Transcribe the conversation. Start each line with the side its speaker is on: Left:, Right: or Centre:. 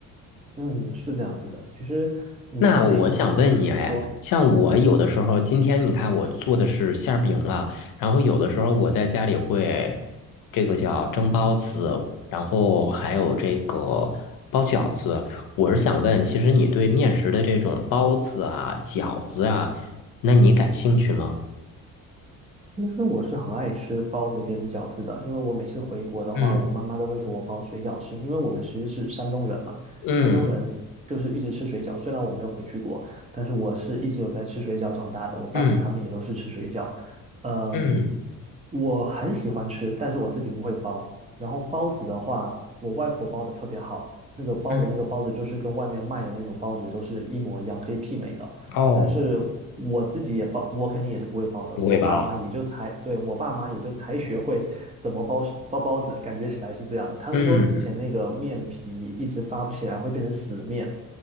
Right: 嗯，是这样子的。其实，嗯，
Left: 那我想问你，
Right: 没，嗯，
Left: 哎，
Right: 你说。
Left: 像我有的时候，今天你看我做的是馅儿饼啊，然后有的时候我在家里会这个叫蒸包子，然后还有这个包饺子。我是想问，其实你对面食的这种包子啊、饺子啊，那你感兴趣吗？
Right: 其实我是很爱吃包子跟饺子的，因为我每次回国的话，
Left: 嗯
Right: 我妈妈都会给我包水饺吃，因为我们其实是山东人嘛，
Left: 嗯
Right: 山东人就是一直吃水饺。虽然我没有回去过，但是我是一直有在吃水饺长大的，我爸爸他们也都是吃水饺。
Left: 嗯
Right: 嗯，
Left: 嗯
Right: 我很喜欢吃，但是我自己不会包。然后包子的话，我外婆包的特别好，那个包的那个包子就是跟外面卖的那种包子都是一模一样，
Left: 嗯，
Right: 可以媲美的。
Left: 哦，
Right: 但是我自己也包，我肯定也是不会包的。
Left: 不会包，
Right: 我爸妈也就才，对，我爸妈也就才学会怎么包包包子，感觉起来是这样。他们说之前那个面皮一直发不起来，
Left: 嗯。
Right: 会变成死面。